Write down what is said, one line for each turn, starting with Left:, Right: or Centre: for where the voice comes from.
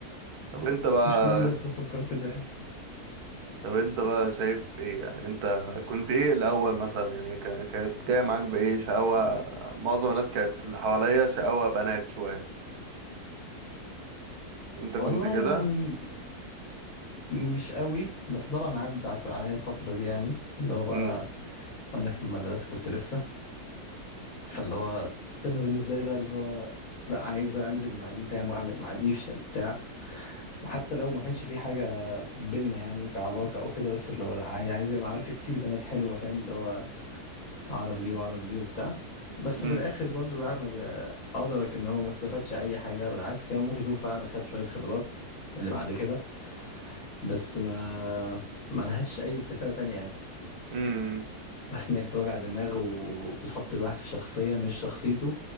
Right: طب انت بقى
Left: مش كل الناس بتفكر كده يعني.
Right: طب انت بقى شايف ايه يعني انت كنت ايه الاول مثلا يعني كا- كانت جايه معاك بايه شقاوة معظم الناس كانت اللي حواليا شقاوة بنات شوية انت
Left: والله
Right: كنت كده
Left: يعني م- مش قوي بس طبعا عدى على- عليا الفترة دي يعني اللي هو بقى
Right: امم
Left: وانا في المدرسة كنت لسه فاللي هو انا بالنسبة لي بقى اللي هو لا عايز بقى انزل مع دي فاهم واعمل مع دي بتاع حتى لو ما كانش في حاجة بينا يعني كعلاقة أو كده بس اللي هو لأ عادي عايز يبقى معارف كتير بنات حلوة فاهم اللي هو أعرف دي وأعرف دي وبتاع بس
Right: امم
Left: في الآخر برضو الواحد ما بي- أدرك إن هو ما استفادش أي حاجة بالعكس هو ممكن يكون فعلا خد شوية خبرات اللي بعد كده بس ما ما لهاش أي استفادة تانية يعني
Right: امم
Left: بس إن هي كانت وجع دماغ و- وبتحط الواحد في شخصية مش شخصيته